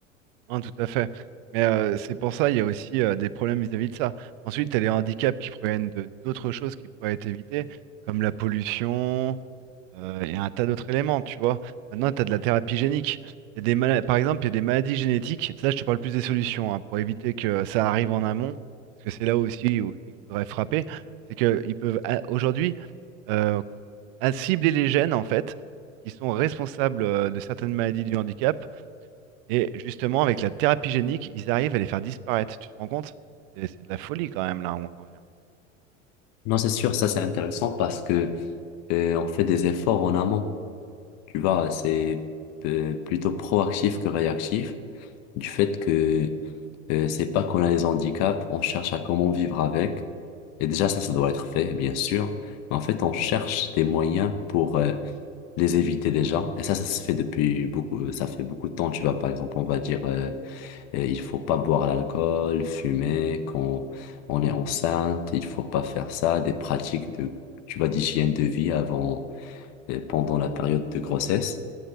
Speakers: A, on the right; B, on the left.
A: Non, tout à fait. Mais euh, c'est pour ça, il y a aussi euh, des problèmes vis-à-vis de ça. Ensuite, tu as les handicaps qui proviennent de d'autres choses qui pourraient être évitées, comme la pollution, Euh, Il y a un tas d'autres éléments, tu vois. Maintenant, tu as de la thérapie génique. Il y a des mala- Par exemple, il y a des maladies génétiques. Là, je te parle plus des solutions hein, pour éviter que ça arrive en amont, parce que c'est là aussi où il faudrait frapper. C'est qu'ils peuvent a- aujourd'hui euh, à cibler les gènes, en fait, qui sont responsables euh, de certaines maladies du handicap. Et justement, avec la thérapie génique, ils arrivent à les faire disparaître. Tu te rends compte? C'est c'est de la folie quand même, là, où on en vient.
B: Non, c'est sûr, ça c'est intéressant parce que euh, on fait des efforts en amont. Tu vois, c'est euh, plutôt proactif que réactif du fait que euh, c'est pas qu'on a des handicaps, on cherche à comment vivre avec. Et déjà, ça, ça doit être fait, bien sûr. Mais en fait, on cherche des moyens pour euh, les éviter déjà. Et ça, ça se fait depuis beaucoup, ça fait beaucoup de temps, tu vois. Par exemple, on va dire, euh, euh, il faut pas boire l'alcool, fumer quand on est enceinte, il faut pas faire ça, des pratiques de, tu vois, d'hygiène de vie avant, et pendant la période de grossesse